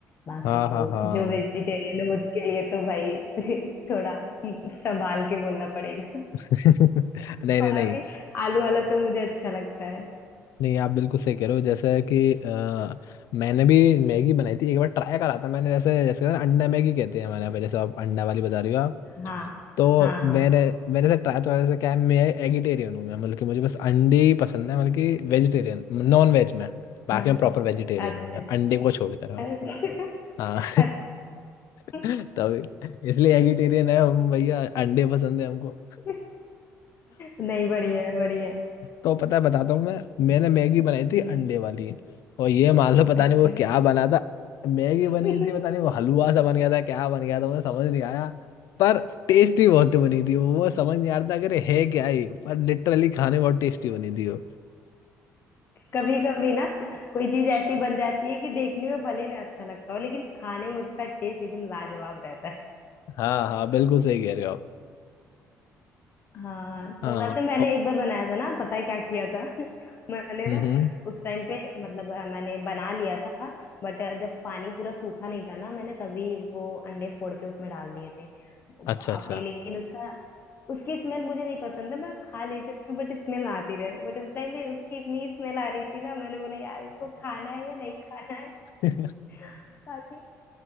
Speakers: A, on the left; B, on the left.
A: बाकी
B: हाँ हाँ
A: तो
B: हाँ
A: जो वेजिटेरियन है उसके लिए तो भाई <laughs> थोड़ा संभाल के बोलना पड़ेगा <laughs>
B: <laughs> नहीं
A: बाकी
B: नहीं नहीं
A: आलू वाला तो मुझे अच्छा लगता है
B: नहीं आप बिल्कुल सही कह रहे हो जैसे कि अ, मैंने भी मैगी बनाई थी एक बार ट्राई करा था मैंने जैसे जैसे ना अंडा मैगी कहते हैं हमारे यहाँ पे जैसे आप अंडा वाली बता रही हो
A: हाँ
B: तो
A: हाँ
B: मैंने
A: हाँ
B: मेरे साथ ट्राई तो ऐसा क्या है मैं एगिटेरियन हूँ मैं मतलब कि मुझे बस अंडे ही पसंद है मतलब कि वेजिटेरियन नॉन वेज में बाकी
A: हाँ
B: मैं प्रॉपर वेजिटेरियन
A: अच्छा
B: हूँ मैं अंडे को छोड़कर मैं
A: अच्छा
B: हाँ
A: <laughs>
B: <laughs>
A: अच्छा
B: तब इसलिए एगिटेरियन है हम भैया अंडे पसंद है हमको
A: <laughs> नहीं बढ़िया है, बढ़िया है।
B: तो पता है बताता हूँ मैं मैंने मैगी बनाई थी
A: हम्म
B: अंडे वाली और ये मान लो पता
A: अच्छा
B: नहीं वो क्या बना था मैगी बनी
A: <laughs>
B: थी पता नहीं वो हलवा सा बन गया था क्या बन गया था मुझे समझ नहीं आया पर टेस्टी बहुत बनी थी वो वो समझ नहीं आ रहा था अगर है क्या ये पर लिटरली खाने में बहुत टेस्टी बनी थी वो
A: कभी कभी ना कोई चीज ऐसी बन जाती है कि देखने में भले ना अच्छा लगता हो लेकिन खाने में उसका टेस्ट एकदम लाजवाब रहता है
B: हाँ हाँ बिल्कुल सही कह रहे हो आप
A: हाँ तो
B: हाँ
A: वैसे मैंने
B: ओ,
A: एक बार बनाया था ना पता है क्या किया था <laughs> मैंने
B: हम्म
A: ना
B: हम्म,
A: उस टाइम पे मतलब अ, मैंने बना लिया था बट जब पानी पूरा सूखा नहीं था ना मैंने तभी वो अंडे फोड़ के उसमें डाल दिए थे बाप
B: अच्छा अच्छा
A: रे लेकिन उसका उसकी स्मेल मुझे नहीं पसंद है मैं खा लेती हूँ बट स्मेल आती रहे बट उस टाइम पे उसकी इतनी स्मेल आ रही थी ना मैंने बोला यार इसको खाना है या नहीं खाना है
B: <laughs>
A: <laughs> बाकी